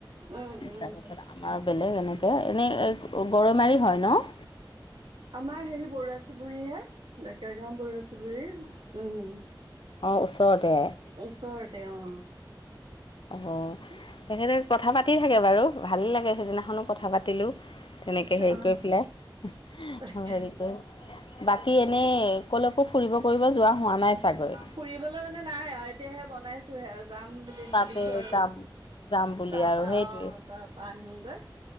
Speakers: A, on the right; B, on the left.
A: উম উম
B: তাৰপিছত আমাৰ বেলেগ এনেকে এনেই এ গৰৈ মাৰি হয় ন?
A: আমাৰ হেৰি বৰুৱা চুবুৰী হে। ডেকাৰগাঁও বৰুৱা চুবুৰী, উম।
B: অ', ওচৰতে।
A: ওচৰতে অ'।
B: অ'।
A: হুঁ <unintelligible>
B: তেখেতে কথা পাতি থাকে বাৰু, ভালে লাগে সেইদিনাখনো কথা পাতিলোঁ। তেনেকে হেৰি
A: অ
B: কৰি পেলাই। এহ
A: তাকে
B: হ হেৰি কৰি। বাকী এনেই কলৈকো ফুৰিব কৰিব যোৱা হোৱা নাই চাগৈ?
A: ফুৰিবলৈ মানে নাই আৰু, এতিয়া সেই বনাইছোঁহে আ যাম বুলি
B: তাতে
A: ভাবিছোঁ আৰু।
B: যাম যাম বুলি
A: তাৰ
B: আৰু
A: পা
B: সেইটোৱে
A: অ', তাৰ পা আহিমগৈ।